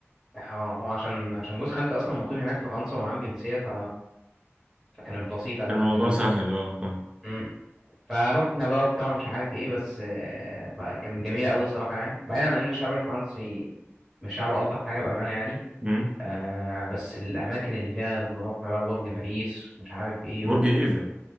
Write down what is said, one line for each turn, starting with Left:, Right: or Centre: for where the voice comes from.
Centre: آه، هو عشان عشان جوز خالتي اصلا مقيم هناك في فرنسا ومعاه الجنسيه ف... فكانت بسيطه لحد
Right: الموضوع
Centre: ما
Right: سهل اه فاهم
Centre: امم فروحنا بقى وبتاع مش عارف ايه بس آه فكانت جميله قوي الصراحه يعني بعيدا عن ان الشعب الفرنسي مش شعب الطف حاجه بامانه يعني
Right: أمم.
Centre: آه بس الأماكن اللي فيها رحنا بقى برج باريس ومش عارف إيه
Right: برج
Centre: و...
Right: ايفل